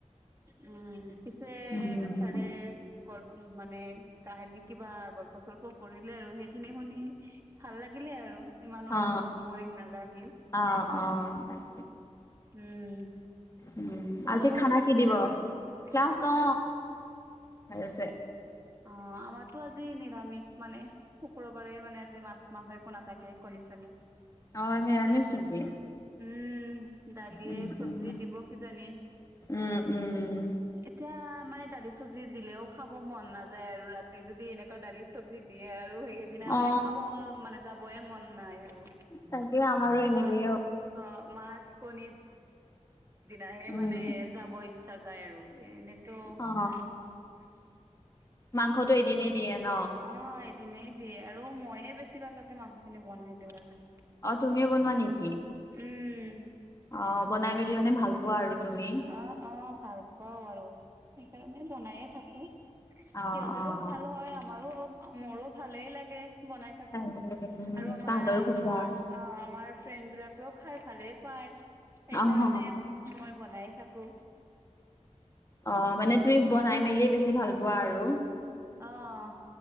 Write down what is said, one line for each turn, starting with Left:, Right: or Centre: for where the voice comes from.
Right: উম পিছে
Left: উম
Right: ছাৰে গ মানে কাহিনী কিবা। প্ৰচ্প পৰিলে আৰু সেইখিনি শুনি ভাল লাগিলে আৰু ইমানো
Left: অ
Right: বৰিং নালাগিল।
Left: অ অ ত।
Right: উম।
Left: উম
Right: তোমালোকৰো
Left: আজি খানা
Right: ক্লাছ
Left: কি
Right: আছিল
Left: দিব
Right: নেকি
Left: ক্লাছ
Right: আজি
Left: অ। ভালছে।
Right: অ আমাৰতো আজি নিৰামিষ মানে শুক্ৰবাৰে মানে আজি মাছ মাংস একো নাথাকে কণী চনী।
Left: অ নিয়ামিচ
Right: দা
Left: নেকি।
Right: উম দালিয়ে
Left: উম
Right: চব্জি
Left: উম
Right: দিব কিজানি।
Left: উম উম।
Right: এতিয়া মানে দালি চব্জি দিলেও খাব মন নাযায় আৰু ৰাতি যদি এনেকুৱা দালি চব্জি। দিয়ে আৰু সেই সেইদিনা
Left: অ
Right: মানে খাব মানে যাবই মন নাই আৰু।
Left: তাকে আমাৰো এনেকেই
Right: মাছ অ মাছ কনি। দিনাহে
Left: উম
Right: মানে যাব ইচ্ছা যায় আৰু এ এনেতো।
Left: অ
Right: <unintelligible>
Left: মাংসটো এদিনেই দিয়ে ন
Right: অ এদিনেই দিয়ে আৰু মইে বেছি ভাগ। মানুহখিনি বনাই দিওঁ আৰু।
Left: অ তুমিও বনোৱা নেকি
Right: উম
Left: অ। বনাই মেলি মানে ভাল পোৱা আৰু তুমি।
Right: অ অ ভাল পাওঁ আৰু সেইকাৰণে বনায়ে থাকো
Left: অ
Right: সিহঁতৰো
Left: অ
Right: ভাল হয় আমাৰো মোৰো ভালেই। লাগে বনাই থাকো
Left: উম
Right: আৰু আমাৰ
Left: তাহাঁতৰ সুবিধা
Right: আমাৰ আমাৰ ফ্ৰেণ্ড বিলাকেও খাই ভালে। পাই সেইকাৰণে
Left: অহ
Right: মই বনাইে থাকো।
Left: অ মানে তুমি বনাই মেলিয় বেছি ভাল পোৱা আৰু।
Right: অঁহ।